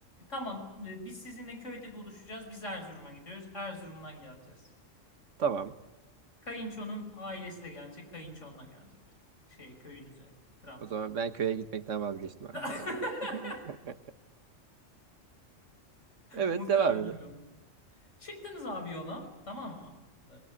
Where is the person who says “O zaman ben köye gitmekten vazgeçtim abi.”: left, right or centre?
Right